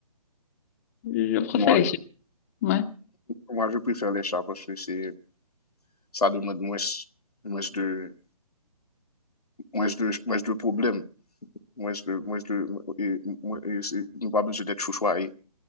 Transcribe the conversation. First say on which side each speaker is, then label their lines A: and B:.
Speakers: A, on the left; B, on the left.
A: Je préfère
B: Moi,
A: les chiens. Ouais.
B: Moi, je préfère les chats parce que c'est, ça demande moins, moins de, moins de, moins de problèmes. Moins de, moins de, et, moins- et c'est- nous pas besoin d'être chouchoués